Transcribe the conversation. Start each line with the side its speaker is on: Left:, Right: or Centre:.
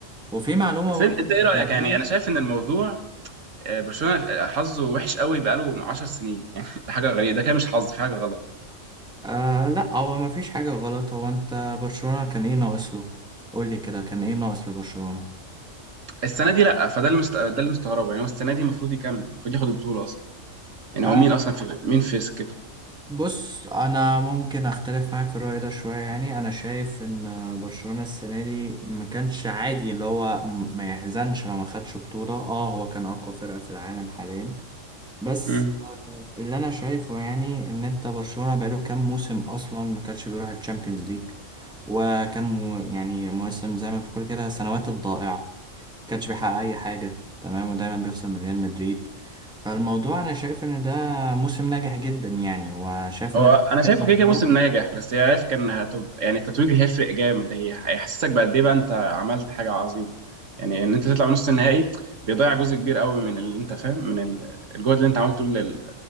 Centre: وفي معلومة
Right: بس
Centre: برضه
Right: انت إنت
Centre: انا
Right: ايه رأيك
Centre: سمعتها
Right: يعني انا شايف ان الموضوع آه، برشلونه حظه وحش قوي بقاله 10 سنين <laughs> يعني ده حاجه غريبه ده كده مش حظ في حاجه غلط
Centre: آه لا هو ما فيش حاجة غلط هو انت برشلونة كان ايه ناقص له قول لي كده كان ايه ناقص لبرشلونة
Right: السنه دي لا فده اللي مست... ده اللي مستغربه يعني هو السنه دي المفروض يكمل المفروض ياخد البطوله اصلا يعني
Centre: آه
Right: هو مين اصلا في مين في سكته
Centre: بص انا ممكن اختلف معاك في الرأي ده شوية يعني انا شايف ان برشلونة السنة دي ما كانش عادي اللي هو م- ما يحزنش لو ما خدش بطولة اه هو كان اقوى فرقة في العالم حاليا بس
Right: مم.
Centre: اللي انا شايفه يعني ان انت برشلونة بقاله كام موسم اصلا ما كانش بيروح الشامبيونز ليج وكان مو يعني مواسم زي ما بتقول كده سنوات الضائعة كانش بيحقق اي حاجه تمام ودايما بيخسر من ريال مدريد فالموضوع انا شايف ان ده موسم ناجح جدا يعني وشايف
Right: هو
Centre: ان ده
Right: انا شايفه
Centre: بداية
Right: كده
Centre: مشروع
Right: كده موسم ناجح بس هي عارف كان هتبقى يعني التتويج هيفرق جامد هي هيحسسك بقد ايه بقى انت عملت حاجه عظيمه يعني ان انت تطلع من نص النهائي بيضيع جزء كبير قوي من اللي انت فاهم من ال- الجهد اللي انت عملته طول ال-